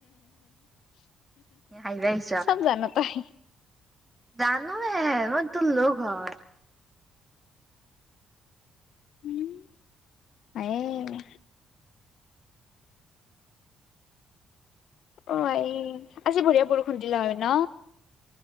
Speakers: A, on the right; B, on the left.
A: হাঁহিব আহিছ
B: চব জান তই।
A: জানোয়ে মই তোৰ লগ হয়।
B: উম, নাইয়ে। অ, এই আজি বঢ়িয়া বৰষুণ দিলে হয় ন?